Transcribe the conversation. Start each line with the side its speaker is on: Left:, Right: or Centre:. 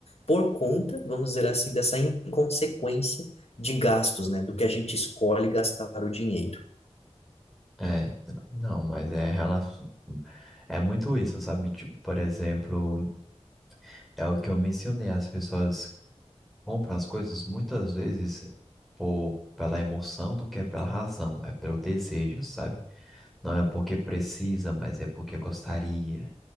Left: por conta, vamos dizer assim, dessa inconsequência de gastos, né? Do que a gente escolhe gastar o dinheiro.
Centre: é, então, não, mas é relação. É muito isso, sabe? Tipo, por exemplo. É o que eu mencionei, as pessoas compram as coisas muitas vezes por, pela emoção do que é pela razão, é pelo desejo, sabe? Não é porque precisa, mas é porque gostaria.